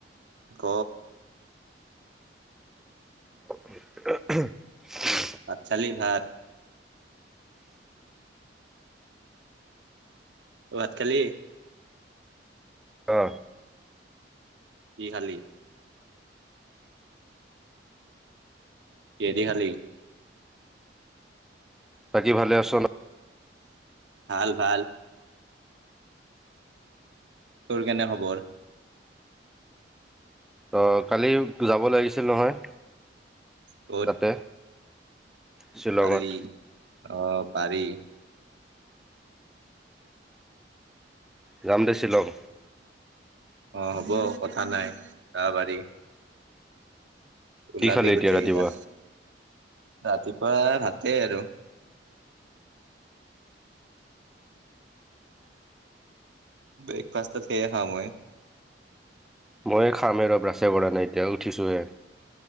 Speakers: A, on the right (about 75°); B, in the centre.
A: ক
B: <unintelligible>
A: চালি ভাত ভাত খালি
B: অ
A: কি খালি কেহেদি খালি
B: বাকী ভালে আছ ন
A: ভাল ভাল তোৰ কেনে খবৰ
B: অ কালি যাব লাগিছিল নহয়
A: ক'ত
B: তাতে শ্বিলঙত
A: কালি অ পাৰি
B: জামদে শিলং
A: অ হ'ব কথা নাই ত বাৰী
B: কি
A: উলাবী
B: খালি এতিয়া
A: গোতেই
B: ৰাতিপুৱা
A: কেইটা ৰাতিপুৱা ভাতেই আৰু ব্ৰেকফাষ্টত সেয়ে খাম ও মই <unintelligible>
B: মই খাম এ ৰ ব্ৰাছে কৰা নাই এতিয়া উঠিছোঁহে